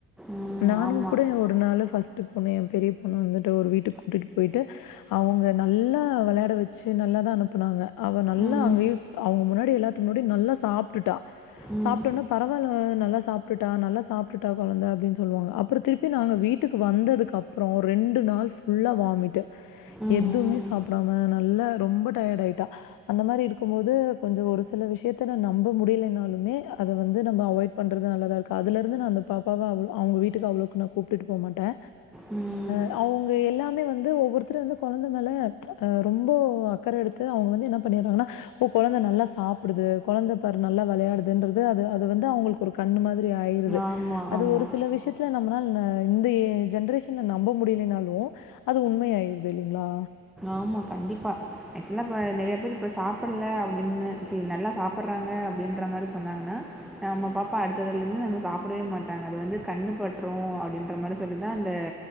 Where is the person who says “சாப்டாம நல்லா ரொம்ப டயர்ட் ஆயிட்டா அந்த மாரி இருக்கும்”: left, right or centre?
Left